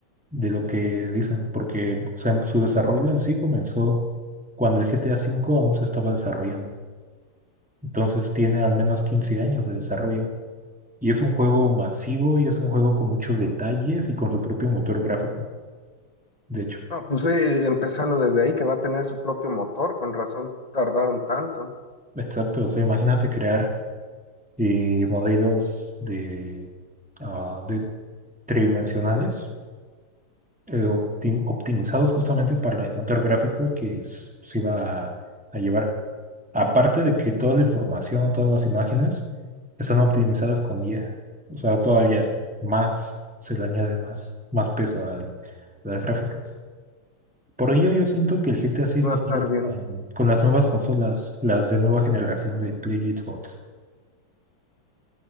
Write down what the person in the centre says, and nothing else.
de lo que dicen, porque o sea, su desarrollo en sí comenzó cuando el GTA cinco aún se estaba desarrollando. Entonces tiene al menos 15 años de desarrollo. Y es un juego masivo y es un juego con muchos detalles y con su propio motor gráfico, de hecho.
Exacto, o sea, imagínate crear y modelos de, ah, de tridimensionales eh, optim- optimizados justamente para el motor gráfico que s- se iba a, a llevar. Aparte de que toda la información, todas las imágenes están optimizadas con IA. O sea, todavía más se le añade más, más peso al- a las gráficas. Por ello yo siento que el GTA 6
va
a salir
con, con las nuevas consolas, las de nueva generación de Play y Xbox.